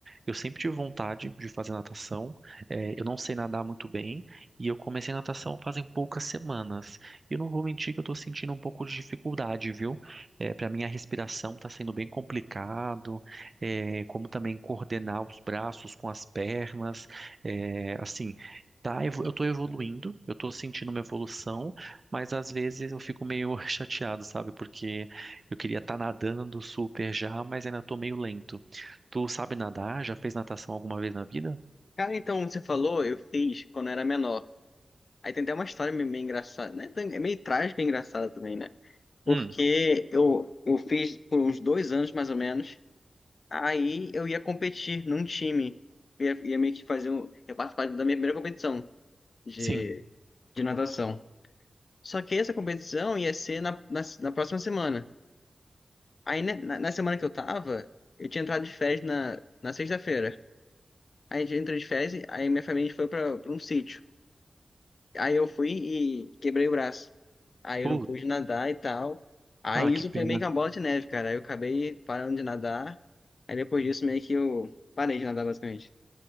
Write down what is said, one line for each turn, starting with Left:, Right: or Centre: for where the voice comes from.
Right: Eu sempre tive vontade de fazer natação. é, eu não sei nadar muito bem e eu comecei natação fazem poucas semanas. E não vou mentir que eu tô sentindo um pouco de dificuldade, viu? É, para mim a respiração tá sendo bem complicado, é, como também coordenar os braços com as pernas, é, assim, tá, evo- eu tô evoluindo, eu tô sentindo uma evolução, mas às vezes eu fico meio <laughs> chateado, sabe? Porque eu queria estar nadando super já, mas ainda tô meio lento. Tu sabe nadar? Já fez natação alguma vez na vida?
Left: Cara, então, você falou, eu fiz quando eu era menor. Aí tem até uma história meio, meio engraçada, né? Tem- É meio trágica e engraçada também, né? Porque
Right: Hum,
Left: eu, eu fiz por uns dois anos, mais ou menos, Aí eu ia competir num time. Ia, ia meio que fazer um. Ia participar da minha primeira competição de,
Right: sim.
Left: de natação. Só que essa competição ia ser na, na, na próxima semana. Aí né, na, na semana que eu tava, eu tinha entrado de férias na, na sexta-feira. Aí a gente entrou de férias, aí minha família foi pra, pra um sítio. Aí eu fui e quebrei o braço. Aí eu
Right: Putz,
Left: não pude nadar e tal. Aí
Right: ah,
Left: isso
Right: que pena.
Left: foi meio que uma bola de neve, cara. Aí eu acabei parando de nadar. Aí depois disso meio que eu parei de nadar basicamente.